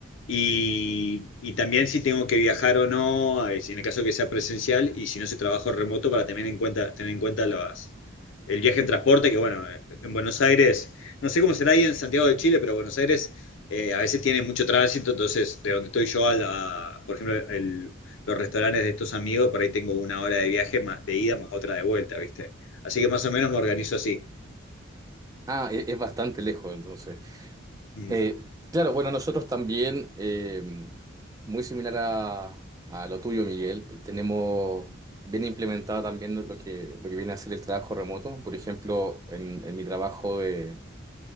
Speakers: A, on the left (about 65°); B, on the right (about 15°).
A: Y, y también si tengo que viajar o no, eh, si en el caso que sea presencial y si no, si trabajo remoto para tener en cuenta, tener en cuenta las- el viaje en transporte, que bueno, eh, en Buenos Aires, no sé cómo será ahí en Santiago de Chile, pero Buenos Aires eh, a veces tiene mucho tránsito, entonces de donde estoy yo a la, por ejemplo, el- los restaurantes de estos amigos, por ahí tengo una hora de viaje más de ida más otra de vuelta, ¿viste? Así que más o menos me organizo así.
B: Ah, e- es, bastante lejos, entonces.
A: Mm.
B: Eh, claro, bueno, nosotros también, eh, muy similar a, a lo tuyo, Miguel, tenemos bien implementado también lo que, lo que viene a ser el trabajo remoto. Por ejemplo, en, en mi trabajo de,